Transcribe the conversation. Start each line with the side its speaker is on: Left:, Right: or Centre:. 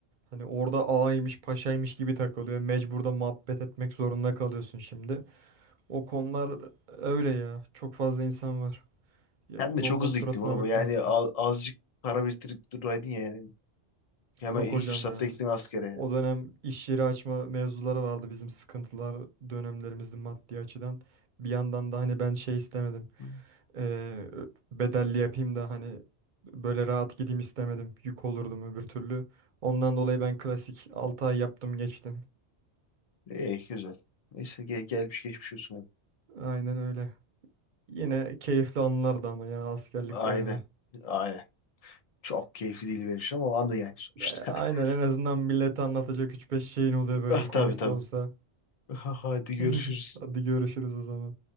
Right: Hani orada ağaymış, paşaymış gibi takılıyor. Mecbur da muhabbet etmek zorunda kalıyorsun şimdi. O konular öyle ya. Çok fazla insan var. Ya-
Left: Sen
Right: Yolda
Left: de çok hızlı
Right: suratına
Left: gittin oğlum.
Right: bakmazsın.
Left: Yani a- azıcık para biriktirip duraydın ya yani. Hemen
Right: Yok
Left: ilk
Right: hocam
Left: fırsatta
Right: ya.
Left: gittim askere
Right: O
Left: ya.
Right: dönem iş yeri açma mevzuları vardı bizim sıkıntılar dönemlerimizde maddi açıdan. Bir yandan da hani ben şey istemedim.
Left: Hı.
Right: Ee, bedelli yapayım da hani böyle rahat gideyim istemedim. Yük olurdum öbür türlü. Ondan dolayı ben klasik 6 ay yaptım geçtim.
Left: İyi güzel. Neyse gel, gelmiş geçmiş olsun hep.
Right: Aynen öyle. Yine keyifli anılardı ama ya askerlik
Left: Aynen.
Right: dönemi.
Left: Aynen. Çok keyifli değil benim için ama anı yani sonuçta.
Right: Ya, aynen
Left: <laughs>
Right: en azından millete anlatacak üç beş şeyin oluyor böyle
Left: Ah
Right: komik
Left: tabii tabii.
Right: de olsa.
Left: <laughs> Hadi görüşürüz.
Right: <laughs> Hadi görüşürüz o zaman.